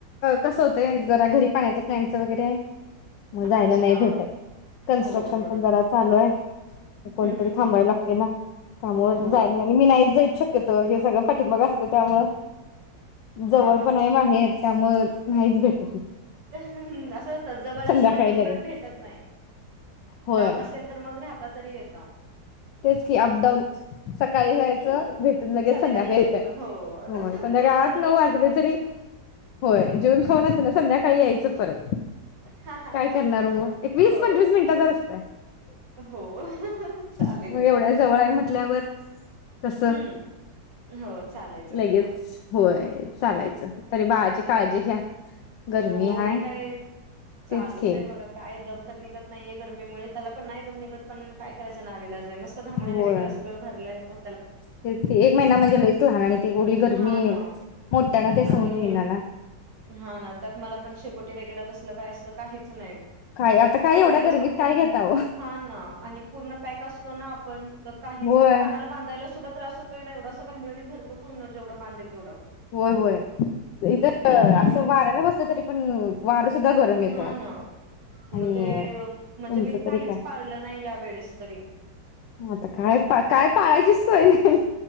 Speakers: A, on the left (about 80°); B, on the right (about 75°).
A: कस होतय जरा घरी पाण्याचा प्लॅन च वगैरे मग जायला
B: अच्छा
A: नाही भेटत कन्स्ट्रक्शन
B: हो बरोबर
A: पण जरा चालू आहे, म कोणतरी
B: हम्म हम्म
A: थांबायला
B: हम्म हम्म
A: लागतय ना त्यामुळ
B: हो
A: जायला नाही आणि मी नाहीच जाईत. तीत हे सगळं पाठीमाग असतं त्यामुळ जवळ
B: हा ना
A: पण आहे माहेर त्यामुळ नाहीच भेट
B: असं असतं जवळ
A: संध्याकाळी
B: असलं की उलट
A: लगेच
B: भेटत नाही
A: होय
B: लांब असेल तर मग राहत तरी येत ताव
A: तेच की अप डाऊन सकाळी जायचं
B: हम्म
A: भेटून लगेच
B: संध्याकाळी
A: संध्याकाळीे
B: यायचं
A: इट
B: हो
A: होय संध्याकाळी
B: जवळच्या
A: आठ
B: जवळ
A: नऊ वाजले
B: असलं की असं
A: तरी
B: असत
A: होय जिऊन खाऊन असताना संध्याकाळी यायच परत
B: हा हा
A: काय
B: हा
A: करणार म एक वीस
B: हो
A: पंचवीस मिनटाचा रस्ताय
B: हो चालेल
A: मग
B: चालेल
A: एवढ्या जवळ आहे म्हटल्यावर कस
B: हम्म हो चालायचं
A: लगेच
B: तेवढा
A: होय चालायचं तरी बाळाची काळजी
B: हो
A: घ्या. गरमी
B: हो
A: हाय
B: हे काय चालूच
A: तेच की
B: आहे बघा काय दम तर निघत नाहीे गरमीमुळे त्याला पण नाहीम निघत पण काय करायचं. चा नावीलाजाय मस घामोळ्यांनी
A: होय
B: वगैरे सगळ भरलाय तो
A: तेच कि एक महिना म्हणजे लईच लहान आणि ती एवढी गरमी
B: हा ना ओ.
A: मोठ्याना ते सहन
B: आणि
A: होईना ना
B: हा ना त्यात मला पण शेकोटी वगैरे तसलं काय अस काहीच नाही.
A: काय आता काय
B: आपन
A: एवढ्या
B: कस
A: गरमीत
B: पूर्ण
A: काय घेता ओ
B: हा ना पूर्ण प्याक असतो ना आपण काही
A: होय
B: म्हणजे कानाला बांधायला सुद्धा त्रास होतोय ना एवढा असं घामोळ्यांनी भरतो पूर्ण जेवढ बांधेल तेवढं
A: होय होय इथ
B: त्यामुळे
A: असं वाऱ्याला बस तरी पण वार सुधा गरम येतय
B: हा
A: आव
B: ना मग
A: आणि
B: ते म्हणजे
A: तुमच
B: मी काहीच
A: तरी काय
B: पाळलं नाही या वेळेस तरी
A: आता काय काय पा पायचीच सोय नाही.